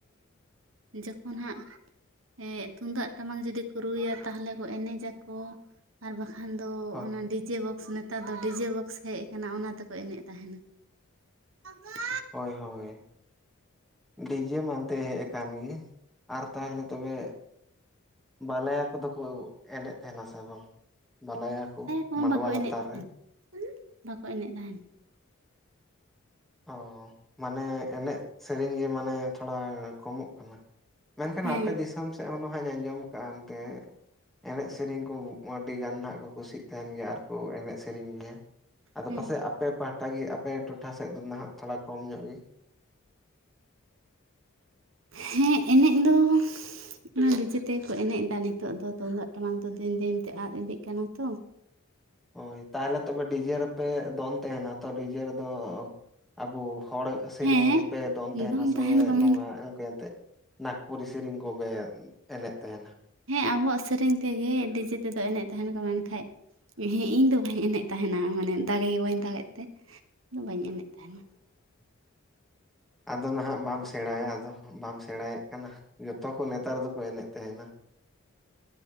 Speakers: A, on the right; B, in the centre.
A: ᱮᱸᱫ ᱡᱚᱠᱷᱚᱱ ᱦᱟᱸᱜ ᱮᱸᱜ, ᱛᱩᱢᱫᱟᱜ ᱴᱟᱢᱟᱠ ᱡᱩᱫᱤ ᱠᱚ ᱨᱩᱭᱟ ᱛᱟᱦᱞᱮ ᱠᱚ ᱮᱱᱮᱡᱟᱠᱚ᱾ ᱟᱨ ᱵᱟᱠᱷᱟᱱ ᱫᱚ
B: ᱦᱳᱭ
A: ᱚᱱᱟ ᱰᱤᱡᱮ ᱵᱚᱠᱥ ᱱᱮᱛᱟᱨ ᱫᱚ ᱰᱤᱡᱮ ᱵᱚᱠᱥ ᱦᱮᱡ ᱟᱠᱟᱱᱟ ᱚᱱᱟ ᱛᱮᱠᱚ ᱮᱱᱮᱡ ᱛᱟᱦᱮᱱᱟ᱾ ᱟ ᱜᱚ
B: ᱦᱳᱭ ᱦᱳᱭ ᱰᱤᱡᱮ ᱢᱟ ᱮᱱᱛᱮ ᱦᱮᱡ ᱟᱠᱟᱱ ᱜᱮᱤ ᱟᱨ ᱛᱟᱦᱞᱮ ᱛᱚᱵᱮ ᱵᱟᱞᱟᱭᱟ ᱠᱚᱫᱚ ᱠᱚ ᱮᱱᱮᱪ ᱛᱟᱦᱮᱸᱱᱟ ᱥᱮ ᱵᱟᱝ? ᱵᱟᱞᱟᱭᱟ ᱠᱚ
A: ᱠᱚᱦᱚᱸ
B: ᱢᱟᱰᱣᱟ
A: ᱵᱟᱠᱚ
B: ᱞᱟᱛᱟᱨ
A: ᱮᱱᱮᱡ
B: ᱨᱮ,
A: <unintelligible> ᱵᱟᱠᱚ ᱮᱱᱮᱡ ᱛᱟᱦᱮᱸᱱ᱾
B: ᱚ ᱢᱟᱱᱮ ᱮᱱᱮᱡ ᱥᱮᱨᱮᱧ ᱜᱮ ᱢᱟᱱᱮ ᱛᱷᱚᱲᱟ ᱠᱚᱢᱚᱜ ᱠᱟᱱᱟ᱾ ᱢᱮᱱᱠᱷᱟᱱ
A: ᱦᱮᱸ
B: ᱟᱯᱮ ᱫᱤᱥ ᱛᱟᱭᱚᱢ ᱥᱮᱫ ᱦᱚᱸ ᱱᱟᱦᱟᱜ ᱤᱧ ᱟᱸᱡᱚᱢ ᱟᱠᱟᱫᱼᱟ ᱮᱱᱛᱮ ᱮᱱᱮᱡ ᱥᱮᱨᱮᱧ ᱠᱚ ᱟᱹᱰᱤ ᱜᱟᱱ ᱦᱟᱜ ᱠᱚ ᱠᱩᱥᱤᱜ ᱛᱟᱸᱦᱮᱱ ᱜᱮᱭᱟ ᱟᱨ ᱠᱚ ᱮᱱᱮᱡ ᱥᱮᱨᱮᱧ ᱜᱮᱭᱟ, ᱟᱫᱚ
A: ᱦᱮᱸ
B: ᱯᱟᱥᱮᱡ ᱟᱯᱮ ᱯᱟᱦᱴᱟ ᱜᱮ ᱟᱯᱮ ᱴᱚᱴᱷᱟ ᱥᱮᱫ ᱫᱚ ᱱᱟᱦᱟᱜ ᱛᱷᱚᱲᱟ ᱠᱚᱢ ᱧᱚᱜ ᱜᱮ <inaudible>
A: ᱦᱮᱸ ᱮᱱᱮᱡ ᱫᱚ ᱚᱱᱟ ᱰᱤᱡᱮ ᱛᱮᱜᱮ ᱠᱚ ᱮᱱᱮᱡ ᱫᱟ ᱱᱤᱛᱚᱜ ᱫᱚ ᱛᱩᱢᱫᱟᱜ ᱴᱟᱢᱟᱠ ᱫᱚ ᱫᱤᱱ ᱫᱤᱱ ᱛᱮ ᱟᱫ ᱤᱫᱤᱜ ᱠᱟᱱᱟ ᱛᱚ
B: ᱦᱳᱭ ᱛᱟᱦᱚᱞᱮ ᱛᱚᱵᱮ ᱰᱤᱡᱮ ᱨᱮᱯᱮ ᱫᱚᱱ ᱛᱟᱸᱦᱮᱱᱟ ᱛᱚ ᱰᱤᱡᱮ ᱨᱮᱫᱚ ᱟᱵᱚ ᱦᱚᱲ ᱥᱮᱨᱮᱧ
A: ᱦᱮᱸ
B: ᱜᱮᱯᱮ ᱫᱚᱱ ᱛᱟᱦᱮᱱᱟ ᱥᱮ
A: ᱛᱟᱦᱮᱱ ᱠᱚ ᱢᱮᱱ
B: ᱱᱚᱣᱟ ᱤᱱᱠᱟᱹ ᱮᱱᱛᱮ ᱱᱟᱜᱽᱯᱩᱨᱤ ᱥᱮᱨᱮᱧ ᱜᱚᱵᱮ ᱮᱱᱮᱡ ᱛᱟᱦᱮᱱᱟ?
A: ᱦᱮᱸ ᱟᱵᱚᱣᱟᱜ ᱥᱮᱨᱮᱧ ᱛᱮᱜᱮ ᱰᱤᱡᱮ ᱛᱮ ᱫᱚ ᱮᱱᱮᱡ ᱛᱟᱸᱦᱮᱱ ᱠᱚ ᱢᱮᱱᱠᱷᱟᱡ ᱦᱮᱸ ᱤᱧ ᱫᱚ ᱵᱟᱹᱧ ᱮᱱᱮᱡ ᱛᱟᱸᱦᱮᱱᱟ ᱢᱟᱱᱮ ᱫᱟᱲᱮᱜ ᱜᱮ ᱵᱟᱹᱧ ᱫᱟᱲᱮᱫ ᱛᱮᱫ ᱵᱟᱹᱧ ᱮᱱᱮᱡ ᱛᱟᱦᱮᱱᱟ
B: ᱪᱷᱮ-ᱮ ᱾ ᱟᱫᱚ ᱱᱟᱦᱟᱜ ᱵᱟᱢ ᱥᱮᱬᱟᱭᱟ ᱟᱫᱚ ᱵᱟᱢ ᱥᱮᱬᱟᱭᱮᱫ ᱠᱟᱱᱟ ᱡᱷᱚᱛᱚ ᱠᱚ ᱱᱮᱛᱟᱨ ᱫᱚᱠᱚ ᱮᱱᱮᱡ ᱛᱟᱸᱦᱮᱱᱟ᱾